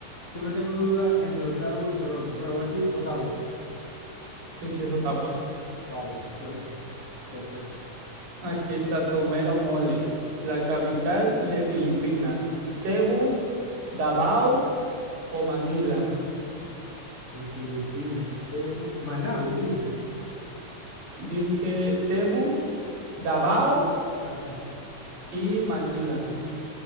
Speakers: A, on the left; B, on the right.
A: siempre tengo duda entre Ottawa y Toronto, pero voy a decir Ottawa.
B: Sí, sí, es Ottawa.
A: Vale, entonces, perfecto.
B: Aquí está Tomero Mole, la capital de Filipinas, Cebu, Davao o Manila.
A: De Filipinas, Cebu, Managua ¿viste?
B: Dije Cebu, Davao
A: Ah, Davao.
B: y Manila.